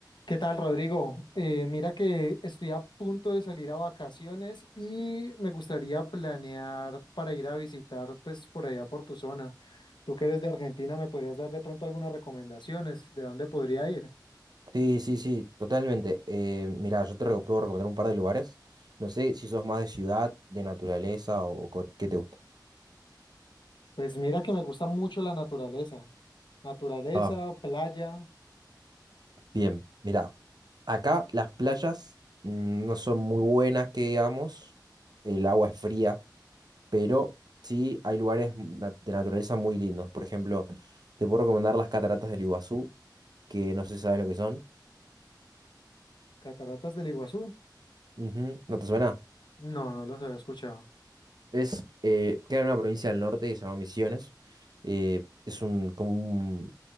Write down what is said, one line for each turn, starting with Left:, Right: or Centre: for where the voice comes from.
Left: ¿Qué tal, Rodrigo? Eh, mira que estoy a punto de salir a vacaciones y me gustaría planear para ir a visitar, pues, por allá por tu zona. Tú que eres de Argentina, ¿me podrías dar de pronto algunas recomendaciones de dónde podría ir?
Right: Sí, sí, sí, totalmente. Eh, mira, yo te re- puedo recomendar un par de lugares. No sé si sos más de ciudad, de naturaleza o, o co- qué te gusta.
Left: Pues mira que me gusta mucho la naturaleza. Naturaleza,
Right: Ah,
Left: playa,
Right: bien, mira, acá las playas mm, no son muy buenas, que digamos. El agua es fría, pero sí hay lugares na- de naturaleza muy lindos. Por ejemplo, te puedo recomendar las cataratas del Iguazú, que no sé si sabes lo que son.
Left: cataratas del Iguazú.
Right: Ujú, ¿No te suena?
Left: No, no los había escuchado.
Right: Es, eh, queda en una provincia del norte que se llama Misiones. Eh, es un, como un,